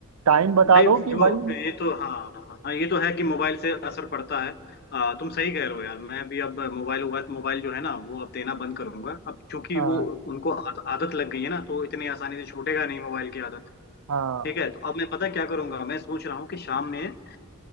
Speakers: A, on the right; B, on the left.
A: टाइम बता
B: भाई
A: दो
B: देखो
A: कि भाई
B: ये तो हाँ हाँ ये तो है कि मोबाइल से असर पड़ता है आ, तुम सही कह रहे हो यार मैं भी अब मोबाइल हुआ- मोबाइल जो है ना वो अब देना बंद करूंगा अब क्योंकि
A: हाँ
B: वो उनको आद, आदत लग गई है ना तो इतनी आसानी से छूटेगा नहीं मोबाइल की आदत
A: हाँ
B: ठीक है तो अब मैं पता क्या करूंगा मैं सोच रहा हूँ कि शाम में अ,